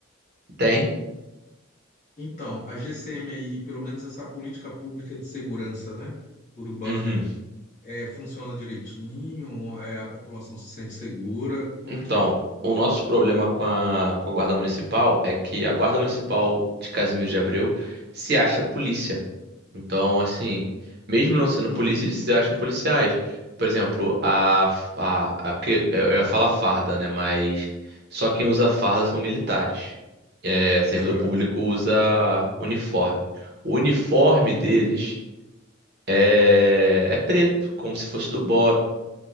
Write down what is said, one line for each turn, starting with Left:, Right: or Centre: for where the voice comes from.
Right: Tem?
Left: Então, a GCM aí, pelo menos essa política pública de segurança, né, urbana,
Right: Uhum.
Left: é, funciona direitinho? É, a população se sente segura? Como
Right: Então,
Left: é que é?
Right: o nosso problema com a, com a guarda municipal é que a guarda municipal de Casimiro de Abreu se acha polícia. Então, assim, mesmo não sendo
Left: Hum,
Right: polícia, eles se acham policiais. Por exemplo, a, a, a porque eu ia falar farda, né? Mas só quem usa farda são militares. É, servidor
Left: certo.
Right: público usa uniforme. O uniforme
Left: Uhum.
Right: deles é, é preto, como se fosse do BOP.